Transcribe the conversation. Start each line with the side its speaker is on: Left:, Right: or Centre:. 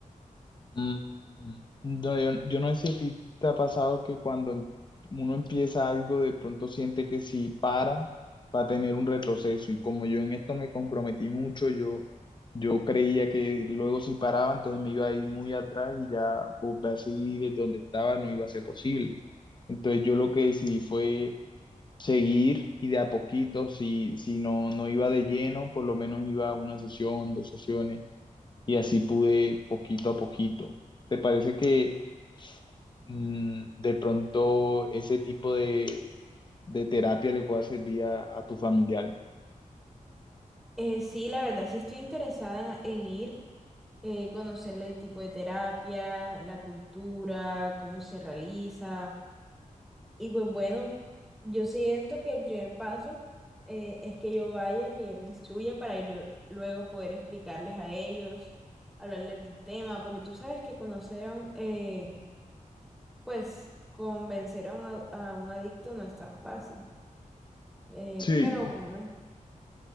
Left: Mm, No, yo, yo no sé si a ti te ha pasado que cuando em- uno empieza algo, de pronto siente que si para, va a tener un retroceso. Y como yo en esto me comprometí mucho, yo, yo creía que luego si paraba, entonces me iba a ir muy atrás y ya volver a seguir desde donde estaba no iba a ser posible. Entonces yo lo que decidí fue seguir y de a poquito, si, si no, no iba de lleno, por lo menos iba a una sesión, dos sesiones y así pude poquito a poquito. ¿Te parece que mm, de pronto ese tipo de, de terapia le pueda servir a, a tu familiar?
Centre: Eh, sí, la verdad, sí estoy interesada en, en ir, eh, conocerle el tipo de terapia, la cultura, cómo se realiza. Y pues bueno, yo siento que el primer paso eh, es que yo vaya, que yo me instruya para ir lue- luego poder explicarles a ellos, hablarles del tema, porque tú sabes que conocer a un, eh, pues convencer a un, ad- a un adicto no es tan fácil. Eh,
Left: Sí,
Centre: pero bueno,